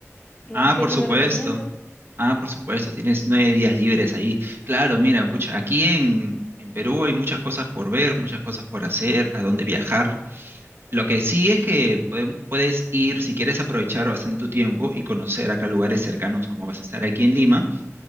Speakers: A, on the left (about 25°); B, on the right (about 50°).
A: no
B: Ah,
A: sé
B: por
A: qué
B: supuesto.
A: me recomiendas.
B: Ah, por supuesto, tienes nueve días libres ahí. Claro, mira,
A: Ujú,
B: pucha, aquí en, en Perú hay muchas cosas por ver, muchas cosas por hacer, a dónde viajar. Lo que sí es que pueden- puedes ir, si quieres aprovechar bastante tu tiempo y conocer acá lugares cercanos, como vas a estar aquí en Lima,